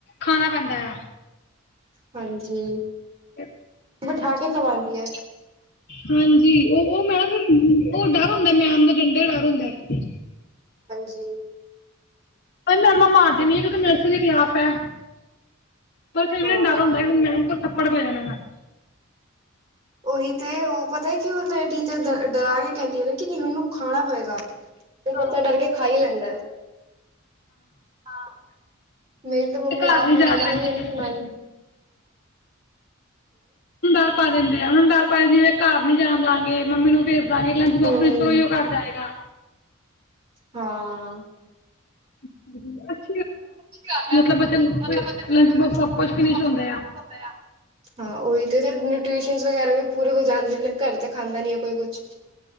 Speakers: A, on the left; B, on the right.
A: ਖਾਣਾ ਪੈਂਦਾ ਆ।
B: ਹਾਂਜੀ
A: <inaudible>
B: ਬਿਠਾ ਕੇ ਖਵਾਉਂਦੀ ਹੈ
A: ਹਾਂਜੀ ਉਹ ਉਹ ਮੈਡਮ ਜੀ ਉਹ ਡਰ ਹੁੰਦਾ ਏ ਮੈਮ ਦੇ ਡੰਡੇ ਡਰ ਹੁੰਦਾ ਏ।
B: ਜੀ
A: ਪਰ ਮੈਡਮਾਂ ਮਾਰਦੇ ਨੀਂ ਆ ਕਿਉਂਕਿ ਨਰਸਰੀ ਕਲਾਸ ਹੈ, ਪਰ ਫਿਰ ਵੀ
B: ਔਰ
A: ਨਾ ਡਰ ਹੁੰਦਾ ਕਿਉਂਕਿ ਮੈਡਮ ਕੋਲ ਥੱਪੜ ਪੈ ਜਾਨਾ ਹੈਗਾ।
B: ਉਹੀ ਤੇ ਉਹ ਪਤਾ ਏ ਕੀ ਹੁੰਦਾਏ ਟੀਚਰ ਡ ਡਰਾ ਕੇ ਕਹਿੰਦੀਆ ਨੇਂ ਕਿਉਂਕੀ ਉਹਨਾਂ ਨੂੰ ਖਾਣਾ ਪਏਗਾ। ਤੇ
A: ਹਾਂ
B: ਬੱਚਾ ਡਰ ਕੇ ਖਾ ਈ ਲੈਂਦਾ ਐ, ਹਾਂ। ਮੇਰੀ ਤੇ ਮੰਮੀ
A: ਘਰ
B: ਆਪ
A: ਨਹੀਂ
B: ਮੈਡਮ
A: ਜਾਣ ਦੇਣਾ
B: ਏ,
A: ਹੁਣ
B: ਮੈਨੂੰ ਸੁਣਾਏਗੀ।
A: ਡਰ ਪਾ ਦਿੰਦੇ ਐਂ, ਉਹਨੂੰ ਡਰ ਪਾਇਆ ਜਿਵੇਂ ਘਰ ਨੀ ਜਾਣ ਦਿਆਂਗੇ, ਮੰਮੀ ਨੂੰ ਭੇਜ ਦਿਆਂਗੇ, ਲੰਚ ਬੋਕਸ
B: ਹੂੰ
A: ਵਿੱਚੋ ਓਹਿਓ ਘਰ ਜਾਏਗਾ।
B: ਹਾਂ
A: <unintelligible>
B: ਅੱਛੀ ਗੱਲ ਏ
A: ਮਤਲਬ ਬੱਚੇ ਲੰਚ ਬਾਕਸ ਸਭ ਕੁਝ ਫਿਨਿਸ਼ ਹੁੰਦੇ ਆ
B: <inaudible> ਹਾਂ ਓਹੀ ਤੇ <unintelligible> ਟਿਊਸ਼ਨ ਵਗੈਰਾ ਵੀ ਪੂਰੇ ਹੋ ਜਾਂਦੇ ਨੇ, ਘਰ ਤੇ ਖਾਂਦਾ ਨੀ ਹੈ ਕੋਈ ਕੁਛ।